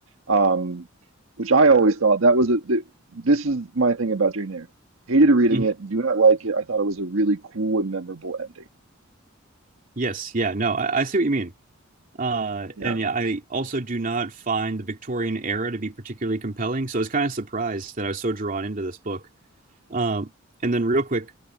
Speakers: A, on the right; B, on the right.
A: um, which I always thought that was a. th- this is my thing about Jane Eyre. Hated reading
B: Mhm.
A: it, do not like it. I thought it was a really cool and memorable ending.
B: Yes, yeah, no, I, I see what you mean. Uh,
A: Yeah.
B: and yeah, I also do not find the Victorian era to be particularly compelling. So I was kind of surprised that I was so drawn into this book. Um, and then real quick,